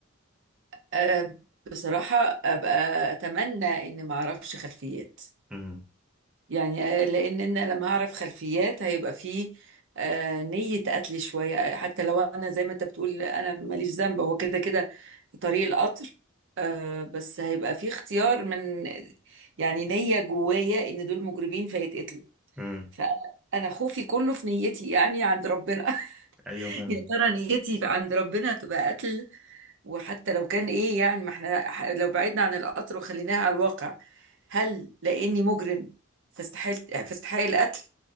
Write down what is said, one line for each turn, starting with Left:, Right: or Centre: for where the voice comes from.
Right: آه، بصراحة أبقى أتمنى إن ما أعرفش خلفيات
Centre: امم
Right: يعني آه، لان انا لما هعرف خلفيات هيبقى فيه آه، نية قتل شوية آه، حتى لو انا زي ما انت بتقول انا ماليش ذنب هو كده كده في طريق القطر آه، بس هيبقى فيه اختيار من يعني نية جوايا ان دول مجرمين فيتقتلوا
Centre: امم
Right: فانا انا خوفي كله في نيتي يعني عند ربنا <laughs>
Centre: ايوه فاهم
Right: يا ترى نيتي عند ربنا تبقى قتل وحتى لو كان ايه يعني ما احنا ح- لو بعدنا عن القطر وخليناها على الواقع هل لاني مجرم فاستحيل فاستحق القتل